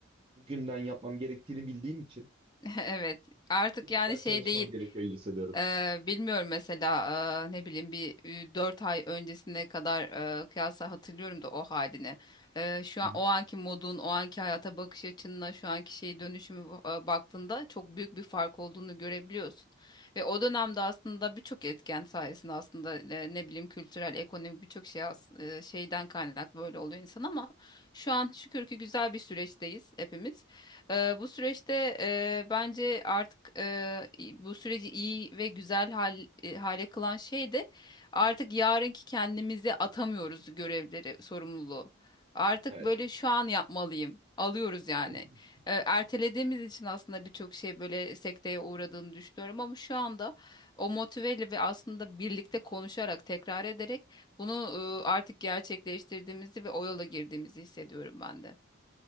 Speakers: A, on the right; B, on the left.
A: bugünden yapmam gerektiğini bildiğim için
B: <laughs> Evet. Artık
A: biraz
B: yani
A: daha
B: şey
A: çalışmam
B: değil.
A: gerekiyor hissediyorum.
B: Eee, bilmiyorum mesela eee, ne bileyim bir 4 ay öncesine kadar eee, kıyasla hatırlıyorum da o halini. Eee, şu
A: Hı
B: an
A: hı.
B: o anki modun, o anki hayata bakış açınla şu anki şey dönüşümü ba- baktığında çok büyük bir fark olduğunu görebiliyorsun. Ve o dönemde aslında birçok etken sayesinde aslında e, ne bileyim kültürel, ekonomik birçok şey as- e, şeyden kaynaklı böyle oluyor insan ama şu an şükür ki güzel bir süreçteyiz hepimiz. Eee, bu süreçte eee, bence artık eee, i- bu süreci iyi ve güzel hal, e, hale kılan şey de artık yarınki kendimizi atamıyoruz görevleri, sorumluluğu. Artık
A: Evet.
B: böyle şu an yapmalıyım. Alıyoruz yani.
A: <laughs>
B: Eee, ertelediğimiz için aslında birçok şey böyle sekteye uğradığını düşünüyorum ama şu anda o motiveyle ve aslında birlikte konuşarak, tekrar ederek bunu eee, artık gerçekleştirdiğimizi ve o yola girdiğimizi hissediyorum ben de.